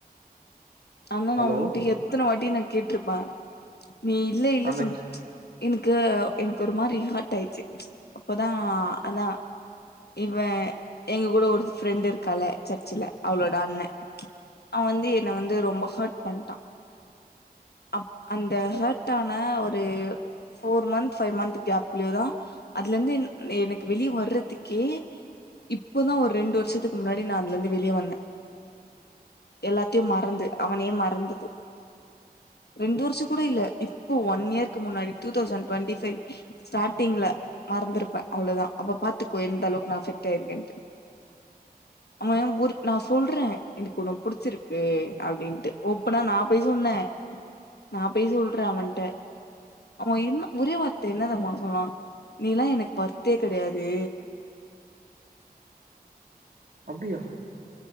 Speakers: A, on the left; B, on the right.
A: ஆனா
B: ஹலோ
A: நா உன்ட்ட எத்தன வாட்டி நா கேட்ருப்பே நீ இல்ல இல்ல
B: அந்த
A: சொன்ன எனக்கு எனக்கு ஒரு மாரி ஹர்ட் ஆயிடுச்சு அப்போதா அதா இவ எங்க கூட ஒரு ஃப்ரெண்ட் இருக்காள சர்ச்சுல அவளோட அண்ண அவ வந்து என்ன வந்து ரொம்ப ஹர்ட் பண்ட்டா அ அந்த ஹர்ட்டான ஒரு போர் மந்த் ஃபைவ் மந்த் கேப்ளேயேதா அதுல இருந்து எனக்கு வெளியே வர்றதுக்கே இப்பதா ஒரு ரெண்டு வருஷத்துக்கு முன்னாடி நா அதுல இருந்து வெளிய வந்தே எல்லாத்தையு மறந்து அவனையே மறந்தது ரெண்டு வருஷம் கூட இல்ல இப்போ ஒன் இயர்க்கு முன்னாடி டூ தௌசண்ட் டுவெண்டி ஃபைவ் ஸ்டார்டிங்ல மறந்திருப்பே அவ்ளதா அப்ப பாத்துக்கோ எந்தளவுக்கு நா அஃபெக்ட் ஆயிருக்கேன்ட்டு அவ ஒரு நா சொல்றே எனக்கு உன்ன புடிச்சிருக்கு அப்படின்ட்டு ஓப்பனா நா போய் சொன்னே நா போய் சொல்றேன் அவன்ட்ட ஆமா என்ன ஒரே வார்த்த என்ன தெர்மா சொன்னா நீலா எனக்கு வர்த்தே கெடையாது
B: அப்டியா